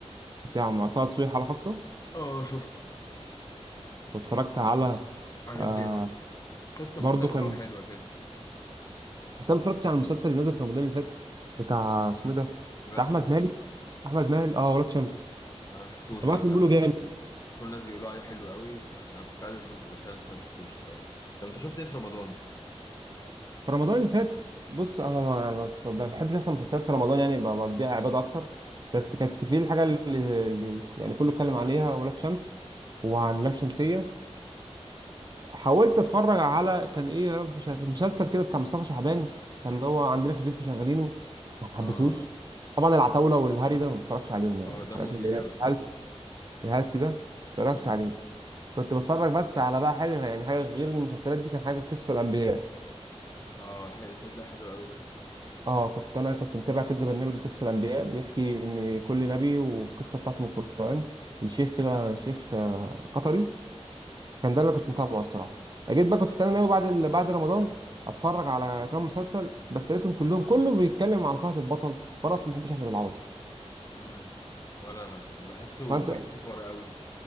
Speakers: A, on the right; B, on the left.
A: بتاع مع طه دسوقي حاله خاصه
B: اه شفته
A: واتفرجت على
B: عجبني
A: آه
B: قوي قصة
A: برضو
B: مختلفة
A: كان
B: وحلوة كده
A: بس انا اتفرجت على المسلسل اللي نزل في رمضان اللي فات بتاع اسمه إيه ده
B: ولاد
A: بتاع احمد
B: شمس
A: مالك احمد مالك اه ولاد شمس
B: أنا ما شفتوش
A: سمعت
B: أنا كمان
A: إن بيقولوا جامد
B: كل الناس بيقولوا عليه حلو قوي فأنا كنت عايز أشوفه بس أنا لسه ما شفتوش الصراحة طب أنت شفت إيه في رمضان؟
A: في رمضان اللي فات بص انا ما يعني ما ما بحبش اصلا المسلسلات في رمضان يعني ب- بقضيها عباده اكتر بس كانت في الحاجه اللي, اللي يعني كله اتكلم عليها ولاد شمس وعن لام شمسيه حاولت اتفرج على كان ايه يا رب شغ... مسلسل كده بتاع مصطفى شعبان كان هو عندنا في البيت مشغلينه ما حبيتهوش
B: آه
A: طبعا العتاوله
B: شكله
A: والهري ده ما بتفرجش عليهم يعني
B: آه
A: الحلقات
B: دمه تقيل
A: اللي هي
B: قوي صح
A: الهلس الهلس ده ما بتفرجش
B: مم.
A: عليه كنت بتفرج بس على بقى حاجه يعني حاجه غير المسلسلات دي كان حاجه قصه الانبياء
B: آه حلو ده حلو قوي ده
A: اه كنت انا كنت متابع كده برنامج قصه الانبياء بيحكي ان كل نبي والقصه بتاعته من القران الشيخ كده شيخ آه، قطري كان ده اللي كنت متابعه الصراحه جيت بقى كنت
B: مم.
A: انا ناوي بعد ال... بعد رمضان اتفرج على كام مسلسل بس لقيتهم كلهم كله بيتكلم عن فهد البطل وانا اصلا ما بحبش احمد العوضي
B: مم. ولا أنا بحسه
A: فانت
B: بيأفور قوي